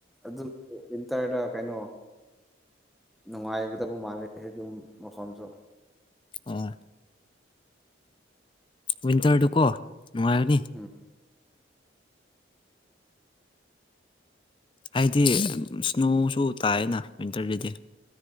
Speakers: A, in the centre; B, on the left.
A: ꯑꯗꯨ ꯋꯤꯟꯇꯔꯗ ꯀꯩꯅꯣ ꯅꯨꯡꯉꯥꯏꯒꯗꯕ ꯃꯥꯜꯂꯦ ꯍꯦꯗꯨꯝ ꯃꯐꯝꯁꯨ
B: ꯎꯝ ꯋꯤꯟꯇ꯭ꯔꯗꯨ ꯀꯣ ꯅꯨꯉꯥꯏꯒꯅꯤ
A: ꯎꯝ
B: ꯍꯥꯏꯗꯤ ꯏꯁ꯭ꯅꯣꯁꯨ ꯇꯥꯏꯑꯦꯅ ꯋꯤꯟꯇꯔꯗꯗꯤ